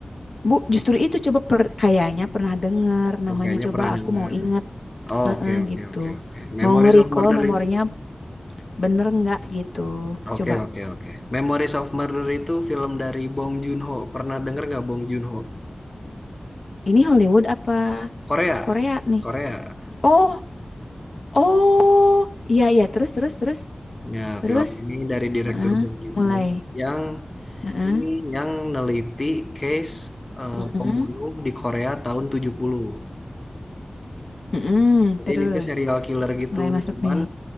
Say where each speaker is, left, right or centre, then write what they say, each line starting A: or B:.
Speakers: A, on the left; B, on the left.
A: Bu, justru itu coba per, kayaknya pernah dengar namanya
B: Oh, kayaknya
A: coba
B: pernah
A: aku
B: dengar.
A: mau ingat.
B: Oh,
A: Heeh,
B: oke, oke,
A: gitu.
B: oke, oke. Memories
A: Mau nge-recall
B: of Murder
A: memorinya
B: itu.
A: bener nggak gitu.
B: Oke,
A: Coba.
B: oke, oke. Memories of Murder itu film dari Bong Joon-ho. Pernah dengar nggak Bong Joon-ho?
A: Ini Hollywood apa
B: Korea.
A: Korea nih?
B: Korea.
A: Oh, oh. Iya, iya, terus terus terus.
B: Nah,
A: Terus.
B: film ini dari direktur
A: Heeh,
B: Bong Joon-ho
A: mulai.
B: yang
A: Heeh.
B: ini yang neliti case eh,
A: Mhm,
B: pembunuh di Korea tahun 70.
A: mhm,
B: Jadi
A: terus
B: ini tuh serial killer gitu,
A: mulai masuk
B: cuman
A: nih.